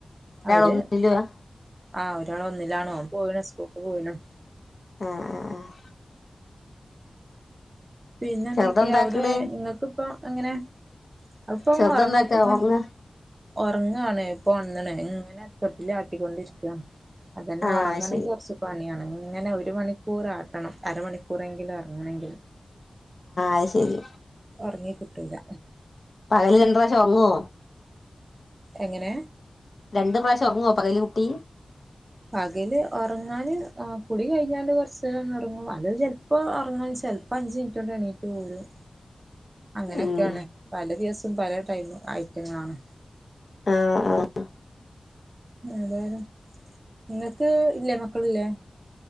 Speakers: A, on the right; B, on the left.
A: അവര്
B: ഒന്നിലുവാ
A: ആഹ് ഒരാള് ഒന്നിലാണോംപോയിണ സ്കൂൾക്ക് പോയിണം
B: ആഹ് ആഹ് ആഹ്
A: പിന്നെന്തെക്കെയാ
B: ചെറുതെന്താക്ക്ണ്
A: അവിടെ ങ്ങക്ക്പ്പം എങ്ങനെ? അതിപ്പോങ്ങ്
B: ചെറുതെന്താക്കാ
A: ഒറങ്ങ് ഇപ്പങ്ങനെ
B: ഒറങ്ങാ
A: ഒറങ്ങാണേ ഇപ്പൊ ഒണന്ന്‌ണേ ഇങ്ങനെ തൊട്ടില്ലാട്ടിക്കൊണ്ടിരിക്കാ അതന്നെ
B: ആഹ്
A: ഒറങ്ങണെങ്കിയൊറച്ച്
B: അത് ശരി
A: പണിയാണ് ഇങ്ങനെ ഒരു മണിക്കൂറാട്ടണം അരമണിക്കൂറെങ്കിലും ഒറങ്ങണെങ്കി
B: അയ് ശെരി
A: ഒറങ്ങിക്കിട്ടൂല
B: പകല് രണ്ട്റാവശം ഒറങ്ങോ
A: എങ്ങനേ
B: രണ്ട് പ്രാവശം ഒറങ്ങോ പകല് കുട്ടീ
A: പകല് ഒറങ്ങാന് ആഹ് കുടി കയ്ഞ്ഞാല് കൊറച്ച്നേരന്ന്‌ ഉറങ്ങും അത് ജ പ്പൊ ഒറങ്ങും ചെൽപ്പഅഞ്ചു മിനിറ്റ് കൊണ്ട് എണീറ്റ് പോരും അങ്ങനെക്കെയാണ്
B: ഉം
A: പല ദിവസം പല ടൈമ് ഐറ്റങ്ങളാണ്
B: ആഹ് ആഹ്
A: ഏതായാലും നിങ്ങക്ക് ഇല്ലേ മക്കളില്ലേ